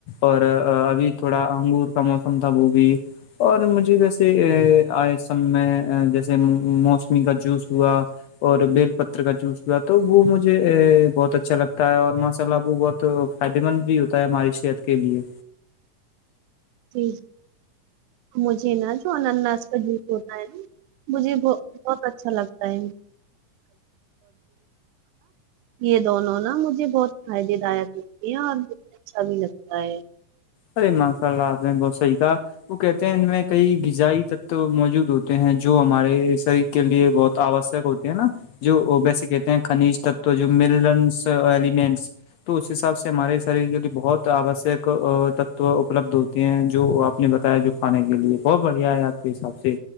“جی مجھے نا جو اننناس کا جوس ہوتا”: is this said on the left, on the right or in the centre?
Right